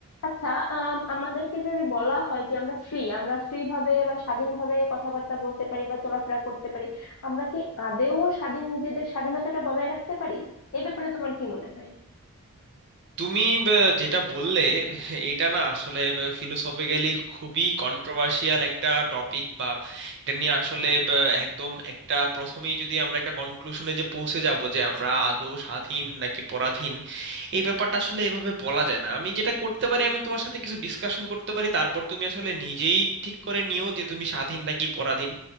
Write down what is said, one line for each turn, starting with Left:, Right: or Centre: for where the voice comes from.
Left: আচ্ছা আম, আমাদেরকে যদি বলা হয় যে আমরা ফ্রি আমরা ফ্রি ভাবে বা স্বাধীনভাবে কথাবার্তা বলতে পারি বা চলাফেরা করতে পারি আমরা কি আদেও স্বাধীন নিজেদের স্বাধীনতাটা বজায় রাখতে পারি এ ব্যাপারে তোমার কি মনে হয়
Right: তুমি ব, যেটা বললে এটা না আসলে ফিলোসফিক্যালি খুবই কন্ট্রোভার্সিয়াল একটা টপিক বা এটা নিয়ে আসলে ব, একদম একটা প্রথমেই যদি আমরা একটা কনক্লুশনে যে পৌঁছে যাব যে আমরা আদৌ স্বাধীন নাকি পরাধীন এই ব্যাপারটা আসলে এভাবে বলা যায় না আমি যেটা করতে পারি আমি তোমার সাথে কিছু ডিসকাশন করতে পারি তারপর তুমি আসলে নিজেই ঠিক করে নিও যে তুমি স্বাধীন নাকি পরাধীন